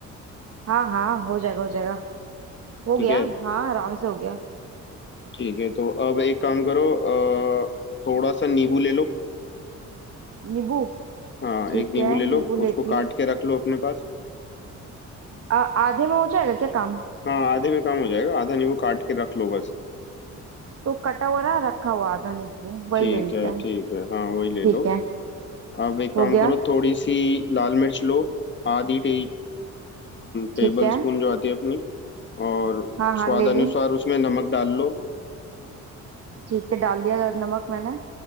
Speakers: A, on the right; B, on the left.
A: हाँ हाँ हो जाएगा हो जाएगा हो
B: ठीक
A: गया
B: है
A: हाँ आराम से हो गया
B: ठीक है तो अब एक काम करो अ, थोड़ा सा नींबू ले लो
A: नींबू
B: हाँ
A: ठीक
B: एक नींबू
A: है
B: ले लो
A: नींबू लेती
B: उसको
A: हूँ
B: काट के रख लो अपने पास
A: आ- आधे में हो जाएगा क्या काम
B: हाँ आधे में काम हो जाएगा आधा नींबू काट के रख लो बस
A: तो कटा हुआ रहा रखा हुआ आधा नींबू वही
B: ठीक
A: ले लेते
B: है
A: हैं
B: ठीक है हाँ वही ले
A: ठीक
B: लो
A: है
B: अब एक काम
A: हो गया
B: करो थोड़ी सी लाल मिर्च लो आधी टे, टेबल
A: ठीक है
B: स्पून जो आती है अपनी और
A: हाँ हाँ
B: स्वाद
A: ले
B: अनुसार
A: ली
B: उसमें नमक डाल लो
A: ठीक है डाल दिया नमक मैंने